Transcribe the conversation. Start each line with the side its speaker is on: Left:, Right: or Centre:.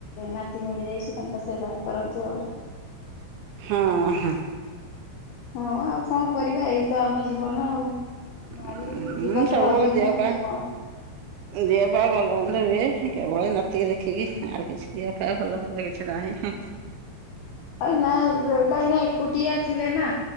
Left: ନାତି ମିଳିଯାଇଛି ତାଙ୍କ ସେବା କରନ୍ତୁ ଆଉ।
Right: ହଁ ହଁ।
Left: ହଁ ଆଉ କଣ? କରିବା ଏଇ ତ ଆମ ଜୀବନ ଆଉ
Right: ହଁ
Left: ନାରୀ ଜୀବନର
Right: ସବୁବେଳେ
Left: ଅଭିଜ୍ଞତା
Right: ଦେହ ପା
Left: କଣ?
Right: ଦେହ ପା ଭଲ ମନ୍ଦ ହୁଏ, କେବଳ ନାତିକି ଦେଖିକି ଆଉ କିଛି ଦିଅ କା ଭଲମନ୍ଦ କିଛି ନାହିଁ,
Left: ନା କାହିଁକ ନା ଏକୁଟିଆ ଥିଲେ ନା,